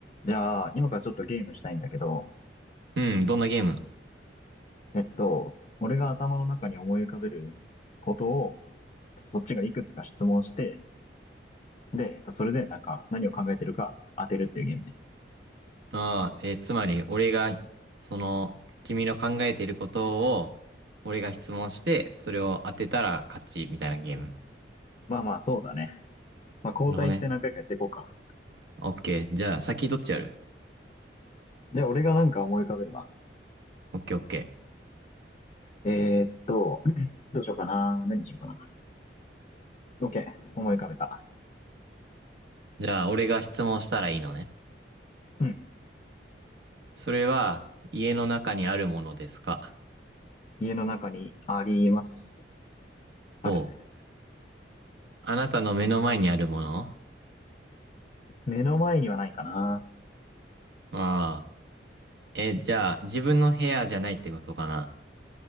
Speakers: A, on the left (about 35°); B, on the right (about 70°).
A: じゃあ、今からちょっとゲームしたいんだけど、
B: うん、どんなゲーム
A: えっと、俺が頭の中に思い浮かべることを、そっちがいくつか質問して、で、えっと、それでなんか何を考えてるか当てるっていうゲームね。
B: ああー、えーつまり、俺が、その、君の考えていることを、俺が質問して、それを当てたら勝ち、みたいなゲーム。
A: まあまあ、そうだね。まあ、交代して何回かやっていこうか。
B: なるほどね。オッケー。じゃあ、先どっちやる
A: じゃあ、俺がなんか思い浮かべるわ。
B: オッケーオッケ
A: えーっと、<clears throat> どうしようかな。何にしようかな。OK。思い浮かべた。
B: ー。じゃあ、俺が質問したらいいのね。
A: うん。
B: それは、家の中にあるものですか
A: 家の中にあります。
B: ほう。
A: ある。
B: あなたの目の前にあるもの
A: 目の前にはないかな。
B: ああ。え、じゃあ、自分の部屋じゃないってことかな